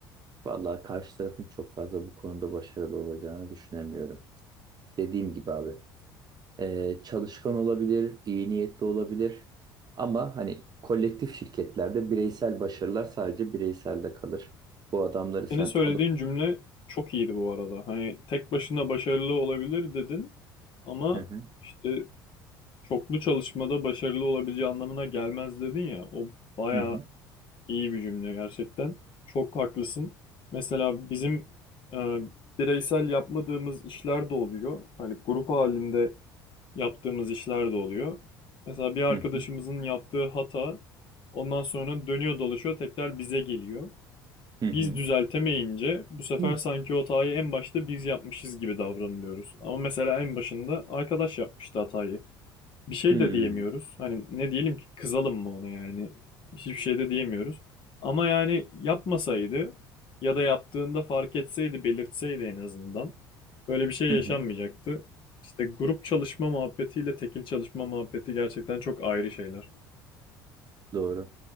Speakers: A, on the right; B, on the left.
A: Vallahi karşı tarafın çok fazla bu konuda başarılı olacağını düşünemiyorum. Dediğim gibi abi. e, çalışkan olabilir, iyi niyetli olabilir. Ama hani kolektif şirketlerde bireysel başarılar sadece bireyselde kalır. Bu adamları sen
B: Senin söylediğin
A: alıp
B: cümle çok iyiydi bu arada. Hani tek başına başarılı olabilir dedin ama
A: Hı hı,
B: işte çoklu çalışmada başarılı olabileceği anlamına gelmez dedin ya. O bayağı
A: hı hı,
B: İyi bir cümle gerçekten. Çok haklısın. Mesela bizim e, bireysel yapmadığımız işler de oluyor. Hani grup halinde yaptığımız işler de oluyor. Mesela bir arkadaşımızın
A: hı hı,
B: yaptığı hata ondan sonra dönüyor dolaşıyor tekrar bize geliyor.
A: hı
B: Biz düzeltemeyince bu sefer
A: hı.
B: sanki o hatayı en başta biz yapmışız gibi davranılıyoruz. Ama mesela en başında arkadaş yapmıştı hatayı bir şey
A: Hmm.
B: de diyemiyoruz. Hani ne diyelim ki kızalım mı ona yani? Hiçbir şey de diyemiyoruz. Ama yani yapmasaydı ya da yaptığında fark etseydi, belirtseydi en azından böyle bir şey
A: Hı
B: yaşanmayacaktı.
A: hı.
B: İşte grup çalışma muhabbetiyle tekil çalışma muhabbeti gerçekten çok ayrı şeyler.
A: Doğru.